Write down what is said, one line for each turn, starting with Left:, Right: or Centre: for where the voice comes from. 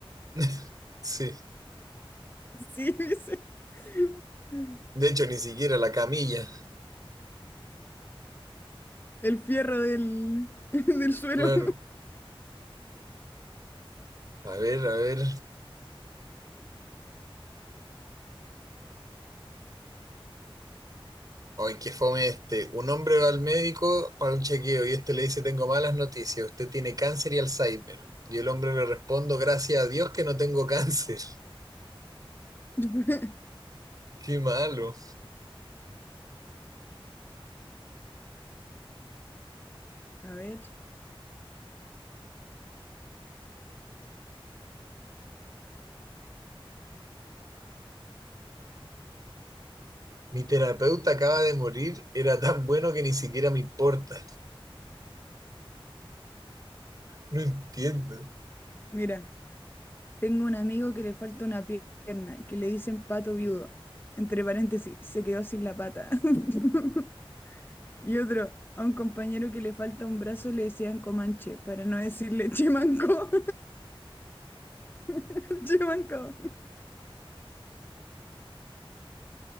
Right: <laughs> Sí.
Left: Sí, dice. <laughs>
Right: De hecho, ni siquiera la camilla.
Left: El fierro del, <laughs> del suelo.
Right: Claro. A ver, a ver. Ay, qué fome este. Un hombre va al médico para un chequeo y este le dice, tengo malas noticias, usted tiene cáncer y Alzheimer. Y el hombre le responde, gracias a Dios que no tengo cáncer.
Left: <laughs>
Right: <laughs> Qué malo.
Left: A ver,
Right: Mi terapeuta acaba de morir, era tan bueno que ni siquiera me importa. No entiendo.
Left: mira. Tengo un amigo que le falta una pierna, que le dicen pato viudo. Entre paréntesis, se quedó sin la pata. <laughs> Y otro, a un compañero que le falta un brazo le decían Comanche, para no decirle Chimanco. <laughs> Chimanco.